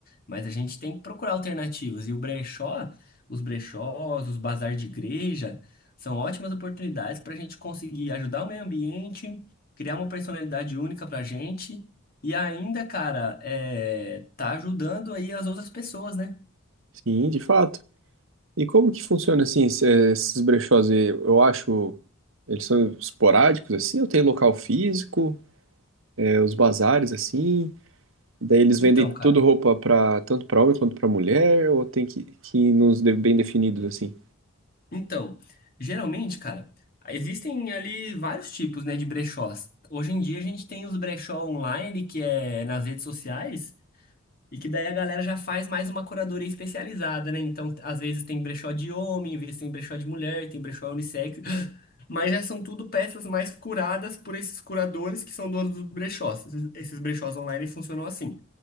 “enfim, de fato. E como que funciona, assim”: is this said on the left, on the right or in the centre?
Right